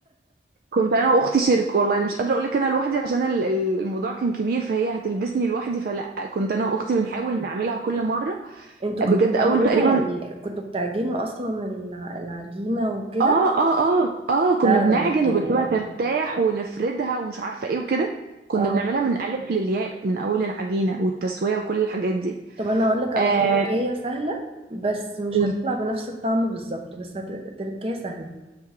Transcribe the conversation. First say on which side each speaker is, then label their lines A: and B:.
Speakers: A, on the right (about 55°); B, on the right (about 35°).
A: كنت انا واختي شرك والله انا مش قادره اقول لك انا لوحدي عشان ال- ال- الموضوع كان كبير فهي هتلبسني لوحدي فلا كنت انا واختي بنحاول نعملها كل مره
B: انتوا
A: بجد
B: كنتوا بتعملوها
A: اول تقريبا
B: يعني كنتوا بتعجنوا اصلا الع- العجينة وكده
A: اه اه اه اه كنا
B: لا
A: بنعجن
B: ده انتوا
A: وبنسيبها ترتاح ونفردها ومش عارفه ايه وكده كنا
B: اه
A: بنعملها من الف للياء من اول العجينه والتسويه وكل الحاجات دي
B: طب انا اقول لك على
A: اه
B: تركية سهلة بس مش
A: قولي
B: هتطلع بنفس الطعم بالظبط بس هت... تركية سهلة